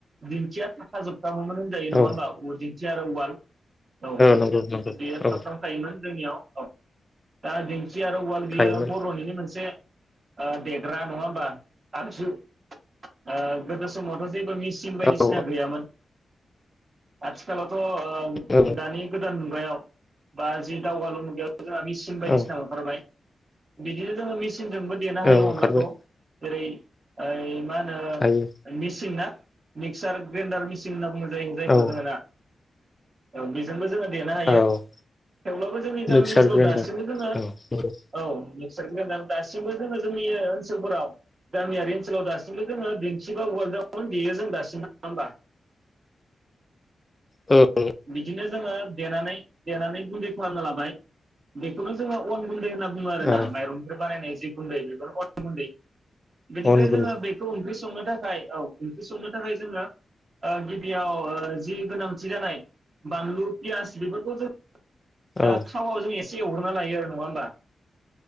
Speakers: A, on the right; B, on the left.
A: दिंखिया थाखा जोब <unintelligible> होनजायो नंङा
B: औ
A: होमबा <unintelligible> खि आरो उवाल। औ
B: नंगौ नंगौ
A: बेयो
B: औ
A: थाफ्राम खायोमोन। जोंनियाव औ दा दिं खि आरो उवाल बियो
B: थायोमोन
A: बर'निनो मोन जे ओ देग्रा नङा होमबा आगजु ओ गोदो समावथ जेबो मिचिन बायदिसिना
B: औ औ
A: गैयामोन। आथिखालाव थ ओ
B: औ
A: दानि गोदान मुगायाव बा जि दावगालु मुगायाव जोंहा मिसिन बायदिसिना
B: औ
A: ओंखारबाय। बिदि जोंङो मिसि सिन जोंबो देनो हायो
B: ओंखारबाय
A: अनलाखौ। जेरै ओय मा ओ
B: हायो
A: मिसिना मिक्सार ग्रेन्डार मिसिन होनना बुङो जायो जायखौ
B: औ
A: जोङो ना औ बेजोंबो जोङो देनो हायो
B: औ
A: थेवब्लाबो जोंनि गामि
B: मिक्सार
A: ओनसोलाव
B: ग्राइन्डार
A: दासिमबो जोङो
B: औ नंगौ
A: औ सोर ग्रेन्डार दासिमबो जोङो जोंनि ओ ओनसोलफोराव गामियारि ओनसोलाव दासिमबो जोङो बिन्थि बा उवाल्डावनो देयो जों दासिमबो नङा होमबा।
B: औ
A: बिदिनो जोङो देनानै देनानै गुन्दै खालामना लाबाय बेखौनो जोङो अन गुन्दै होनना बुङो आरोना
B: औ
A: बे बारायनाय जि गुन्दै बेनो अन गुन्दै बेनिफ्राय
B: अन गुन्दै
A: जोङो बेखौ ओंख्रि संनो थाखाय औ ओंख्रि संनो थाखाय जोङो ओ गिबियाव ओ जि गोनांथि जानाय बानलु फियास बेफोरखौ जों ओ
B: औ
A: थावआव जों एस से हरग्रोना लायो आरो नङा होमबा